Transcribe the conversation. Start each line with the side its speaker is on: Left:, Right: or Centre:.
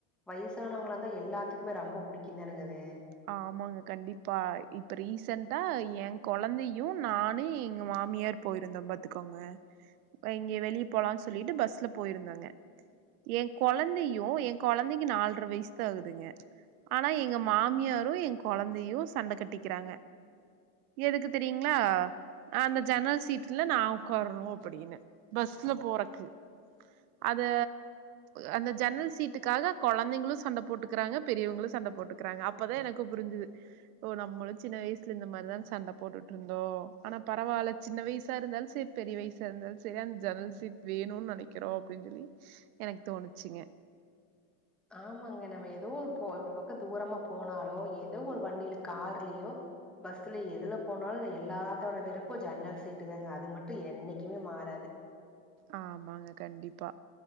Centre: வயிசானவங்களா தா எல்லாத்துக்குமே ரொம்ப பிடிக்கு தானேங்க அது
Right: ஆமாங்க கண்டிப்பா இப்ப ரீசன்ட்டா ஏ கொழந்தையு நானு எங்க மாமியார் போயிருந்தோ பாத்துக்கோங்க இங்க வெளிய போலான் சொல்லிட்டு பஸ்ல போயிருந்தோங்க ஏ கொழந்தையு எ கொழந்தைக்கு நால்ர வயசு தா ஆகுதுங்க ஆனா எங்க மா மியாரு எ கொழந்தையு சண்ட கட்டிக்கிறாங்க எதுக்கு தெரியுங்களா அந்த ஜன்னல் சீட்ல நா ஒக்காரணு அப்டின்னு பஸ்ல போறக்கு அது அந்த ஜன்னல் சீட்டுக்காக கொழந்தைங்களு சண்ட போட்டுக்கிறாங்க பெரியவங்களு சண்ட போட்டுக்கிறாங்க அப் அப்பதா எனக்கு புரிஞ்சுது ஓ நம்மளு சின்ன வயசுல இந்த மாரிதான சண்ட போட்டுட்டு இருந்தோ ஆனா பரவால்ல சின்ன வயசா இருந்தாலு சேர் பெரிய வயசா இருந்தாலு சேரி அந்த ஜன்னல் சீட் வேணும்னு நெனக்கிறோ அப்டின்னு சொல்லி எனக்கு தோணுச்சுங்க
Centre: ஆமாங்க நம்ம ஏதோ ஒரு போ ஒரு பக்கோ தூரமா போனாலோ ஏதோ ஒரு வண்டில கார்லயோ பஸ்ல எதுல போனாலு எல்லாத்தோட விருப்ப ஜன்னல் சீட்டு தாங்க அது மட்டு என்னைக்குமே மாறாது
Right: ஆமாங்க கண்டிப்பா